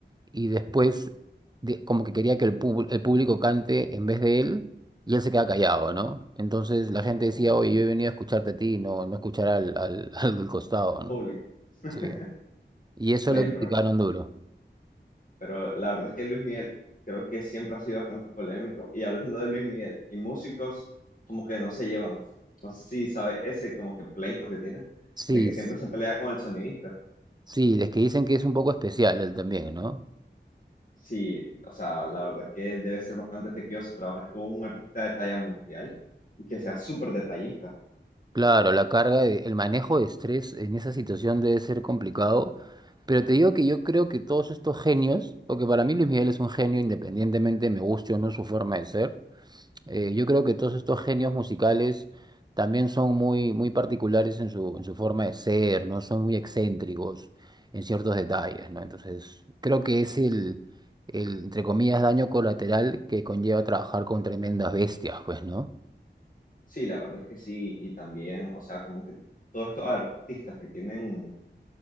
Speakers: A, on the right; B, on the left.
A: y después de- como que quería que el, pub- el público cante en vez de él y él se quedaba callado, ¿no? Entonces la gente
B: o
A: decía, oye, yo he venido a escucharte a ti, no, no escuchar al, al, <laughs> al del costado,
B: el público.
A: ¿no?
B: <laughs>
A: Sí. Y eso
B: Oye,
A: lo criticaron
B: pero,
A: duro.
B: pero la verdad es que Luis Miguel creo que siempre ha sido bastante polémico. Y hablando de Luis Miguel y músicos, como que no se llevan. No sé si sabe ese como que pleito que tienen,
A: Sí,
B: de que
A: s-
B: siempre se pelea con el sonidista.
A: sí, es que dicen que es un poco especial él también, ¿no?
B: Sí, o sea, la verdad es que debe ser bastante tequioso trabajar con un artista de talla mundial y que sea súper detallista.
A: Claro, la carga, de- el manejo de estrés en esa situación debe ser complicado, pero te digo que yo creo que todos estos genios, porque para mí Luis Miguel es un genio independientemente me guste o no su forma de ser, eh, yo creo que todos estos genios musicales también son muy, muy particulares en su, en su forma de ser, ¿no? Son muy excéntricos en ciertos detalles, ¿no? Entonces, creo que es el, el, entre comillas, daño colateral que conlleva trabajar con tremendas bestias, pues, ¿no?
B: Sí, la verdad es que sí, y también, o sea, como que todos estos artistas que tienen